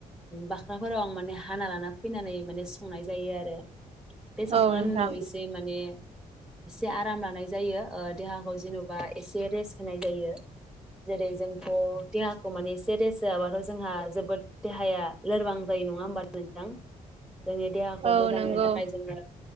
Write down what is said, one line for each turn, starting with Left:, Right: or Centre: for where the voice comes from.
Centre: बाख्राफोराव आं माने हाना लाना फैनानै माने संनाय जायो आरो बे संखांनायनि
Right: औ नोंथां
Centre: उनाव एसे माने एसे आराम लानाय जायो ओ देहाखौ जेनबा एसे रेस्ट होनाय जायो जेरै जोंथ देहाखौ माने एसे रेस होआबाथ जोंहा जोबोद देहाया लोरबां जायो नङा होमबा नोंथां। जोंनि देहाखौ
Right: औ
Centre: मोजांनि
Right: नंगौ
Centre: थाखाय जोङो